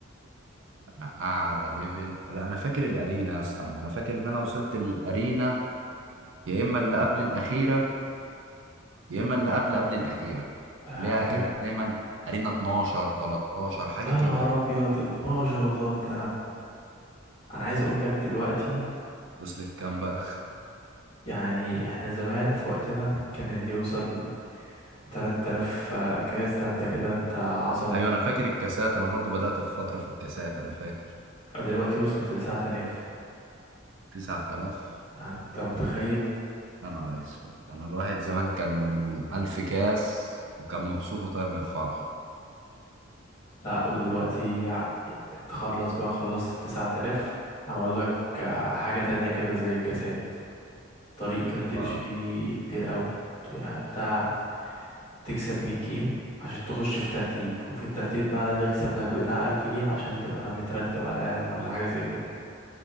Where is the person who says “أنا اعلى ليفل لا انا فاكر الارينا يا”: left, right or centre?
Right